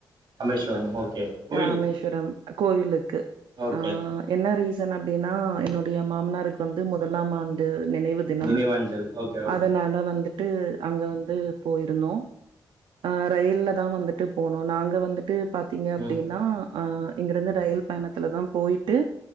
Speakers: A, on the right; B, on the right.
A: ராமேஸ்வரம் ஓகே கோயில்
B: ராமேஸ்வரம் கோவிலுக்கு
A: ஓகே
B: ஆ என்ன ரீச சன் அப்படின்னா என்னுடைய மாமனாருக்கு வந்து முதலாம் ஆண்டு நினைவு தினம்
A: நினைவாஞ்சல் ஓகே ஓகே
B: அதனால
A: மேடம்
B: வந்துட் விட்டு அங்க வந்து ந்து போயிருந்தோ ஆ ரயில்ல தா வந்துட்டு போனோ நாங்க வந்துட்டு பாத்தீங்க அப்படின்னா
A: ம்
B: ஆ இங்கிருந்து ரயில் பயணத்துல தா போய்ட்டு